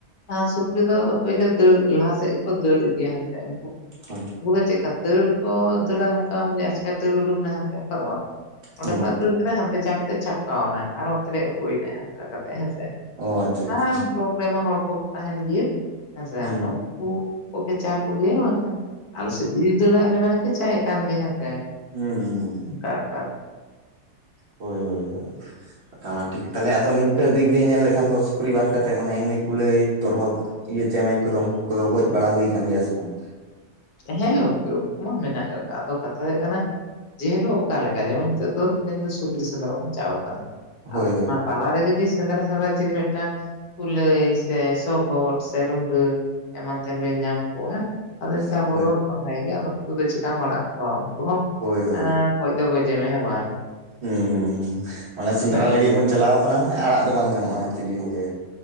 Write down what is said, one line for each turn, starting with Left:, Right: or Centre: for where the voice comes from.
Left: ᱦᱟᱸ ᱥᱩᱠᱨᱤ ᱫᱚ ᱯᱳᱭᱞᱳ ᱫᱟᱹᱲ ᱞᱟᱦᱟ ᱥᱮᱫ ᱜᱮᱠᱚ ᱫᱟᱹᱲ ᱤᱫᱤᱭᱟ ᱦᱮᱥᱮ
Right: ᱦᱳᱭ
Left: ᱩᱱᱠᱩ ᱫᱚ ᱪᱮᱫ ᱞᱮᱠᱟ ᱫᱟᱹᱲ ᱠᱚ ᱫᱟᱹᱲᱟ ᱱᱚᱝᱠᱟ ᱟᱪᱠᱟ ᱫᱟᱹᱲ ᱩᱰᱩᱠ ᱮᱱᱟ ᱦᱟᱱᱛᱮ ᱚᱱᱠᱟ ᱫᱚ ᱵᱟᱝ ᱚᱸᱰᱮ
Right: ᱦᱩᱸ
Left: ᱠᱷᱚᱱᱟᱜ ᱫᱟᱹᱲ ᱦᱟᱱᱛᱮ ᱪᱷᱟᱯᱛᱮ ᱪᱷᱟᱯᱠᱟᱣ ᱮᱱᱟᱭ ᱟᱨ ᱚᱱᱛᱮᱨᱮ ᱩᱠᱩᱭᱮᱱᱟᱭ ᱚᱱᱠᱟ ᱠᱟᱛᱮ ᱦᱮᱸᱥᱮ
Right: ᱚ ᱟᱪᱪᱷᱟ ᱟᱪᱪᱷᱟ
Left: ᱟᱨ ᱵᱞᱚᱠ ᱨᱮᱢᱟ ᱦᱚᱲ ᱠᱚ ᱛᱟᱦᱮᱱ ᱜᱮ ᱦᱮᱸᱥᱮ
Right: ᱦᱩᱸ
Left: ᱟᱫᱚ ᱩᱱᱠᱩ ᱠᱚᱜᱮᱪᱟ ᱠᱚᱜᱮ ᱟᱞᱮ ᱥᱮᱫ ᱡᱩᱫᱤ ᱫᱟᱹᱲᱟ ᱟᱞᱮ ᱢᱟᱱᱮ ᱠᱮᱪᱟᱭ ᱠᱟᱱ ᱜᱮ ᱦᱮᱸᱥ
Right: ᱦᱩᱸ ᱦᱩᱸ
Left: ᱚᱱᱠᱟᱠᱟ
Right: ᱦᱳᱭ ᱦᱳᱭ ᱦᱳᱭ ᱴᱷᱤᱠ ᱛᱟᱦᱚᱞᱮ ᱟᱫᱚ ᱱᱤᱝᱠᱟᱹ ᱫᱤᱠ ᱫᱤᱭᱮ ᱧᱮᱞ ᱞᱮᱠᱷᱟᱱ ᱫᱚ ᱥᱩᱠᱨᱤ ᱵᱟᱫ ᱠᱟᱛᱮᱫ ᱢᱟᱱᱮ ᱮᱢᱱᱤ ᱠᱩᱞᱟᱹᱭ ᱛᱚᱨᱦᱚᱫ ᱤᱭᱟᱹ ᱪᱮᱢᱮᱧ ᱠᱚᱫᱚ ᱩᱱᱠᱩ ᱠᱚᱫᱚ ᱜᱚᱡ ᱵᱟᱲᱟ ᱦᱩᱭ ᱠᱟᱱᱟ ᱜᱮᱭᱟ ᱥᱮ ᱵᱟᱝ?
Left: ᱦᱮᱸ ᱜᱚᱝᱠᱮ ᱩᱱᱠᱩ ᱢᱟ ᱢᱮᱱᱟᱜ ᱠᱟᱜ ᱟᱫᱚ ᱠᱟᱛᱷᱟ ᱦᱩᱭᱩᱜ ᱠᱟᱱᱟ ᱡᱮ ᱦᱤᱞᱳᱜ ᱚᱠᱟ ᱞᱮᱠᱟ ᱡᱮᱢᱚᱱ ᱱᱤᱛᱚᱜ ᱫᱚ ᱛᱮᱦᱮᱧ ᱫᱚ ᱥᱩᱠᱨᱤ ᱥᱮᱸᱫᱽᱨᱟ ᱵᱚᱱ ᱪᱟ ᱟᱠᱟᱱᱟ
Right: ᱦᱳᱭ
Left: ᱟᱫᱚ
Right: ᱦᱳᱭ
Left: ᱛᱟᱞᱟᱨᱮ ᱡᱩᱫᱤ ᱥᱮᱸᱫᱽᱨᱟ ᱥᱮᱸᱫᱽᱨᱟ ᱪᱤᱞᱤ ᱢᱤᱫᱴᱟᱝ ᱠᱩᱞᱟᱹᱭ ᱥᱮ ᱥᱚᱜᱚᱫ ᱥᱮ ᱨᱩᱰᱟᱹ ᱮᱢᱟᱱ ᱛᱮᱱ ᱵᱮᱱ ᱧᱟᱢ ᱠᱚᱣᱟ
Right: <unintelligible>
Left: ᱟᱫᱚ ᱮᱱᱛᱮ ᱫᱚᱵᱚᱱ ᱵᱟᱲᱟᱭ ᱜᱮᱭᱟ ᱟᱫᱚ ᱩᱱᱠᱩ ᱫᱚ ᱪᱤᱠᱠᱟᱢ ᱟᱲᱟᱜ ᱠᱚᱣᱟ ᱩᱱᱠᱩ ᱦᱚᱸ
Right: ᱦᱳᱭ ᱦᱳᱭ
Left: ᱜᱚᱡᱽ ᱫᱚ ᱜᱚᱡᱮ ᱢᱮ ᱦᱮᱸ ᱵᱟᱝ
Right: ᱦᱩᱸ ᱢᱟᱱᱮ
Left: ᱚᱱᱠᱟ
Right: ᱥᱮᱸᱫᱽᱨᱟ ᱞᱟᱹᱜᱤᱫ ᱵᱚᱱ ᱪᱟᱞᱟᱣ ᱠᱟᱱᱟ ᱢᱟᱱᱮ ᱟᱲᱟᱜ ᱫᱚ ᱵᱟᱝ ᱜᱟᱱᱚᱜᱼᱟ ᱪᱤᱞᱤ ᱦᱚᱸᱜᱮ